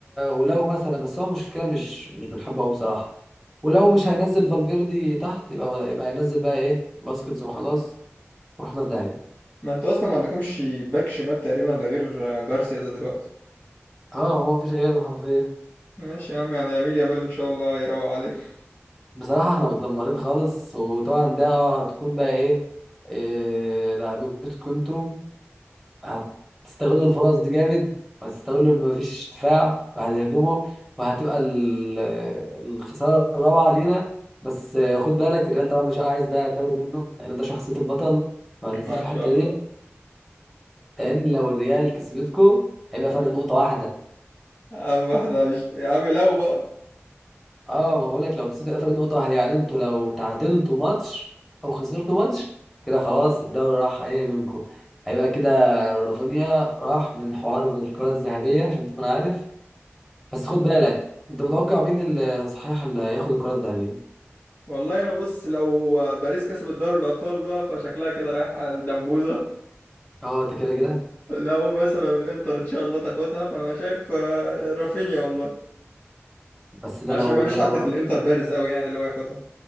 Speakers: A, in the centre; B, on the left.
A: ولو مثلا بس هو المشكلة مش مش بنحبه أوي بصراحة ولو مش هينزل فالفيردي تحت يبقى يبقى هينزل بقى إيه باسكتس وخلاص ورحنا في داهية
B: ما انتوا اصلا ما عندكمش باك شمال تقريبا لا غير جارسيا ده دلوقتي
A: اه هو مفيش غيره حرفيا
B: ماشي يا عم يعني يميل يامال ان شاء الله يروق عليك
A: بصراحة احنا متدمرين خالص وطبعا ده هتكون بقى إيه, إيه لعبتكم انتوا هتستغلوا الفرص دي جامد وهتستغلوا ان مفيش دفاع وهتهجموا وهتبقى ال- الخساره الرابعه لينا بس خد بالك الريال طبعا مش هيبقى عايز ده الدوري منه لان ده شخصيه البطل فما تنساش
B: <laughs> آه
A: الحته
B: ان شاء الله
A: دي لان لو الريال كسبتكو هيبقى فرق نقطه واحده
B: يا عم احنا مش يا عم لو بقى
A: اه ما بقول لك لو كسبتوا هيبقى فرق نقطه واحده يعني انتوا لو تعادلتوا ماتش او خسرتوا ماتش كده خلاص الدوري راح ايه منكم هيبقى كده رافينيا راح من حوار الكرة الذهبية عشان تكون عارف بس خد بالك انت متوقع مين اللي صحيح اللي هياخد الكرة الذهبية
B: والله انا بص لو باريس كسبت دوري الابطال بقى فشكلها كده رايحه الدمبوزه
A: اه ده كده كده
B: لو مثلا الانتر ان شاء الله تاخدها فانا شايف آه، رافينيا والله
A: بس ده
B: عشان
A: لو
B: ما فيش
A: ده لو
B: حد في الانتر بارز قوي يعني اللي هو ياخدها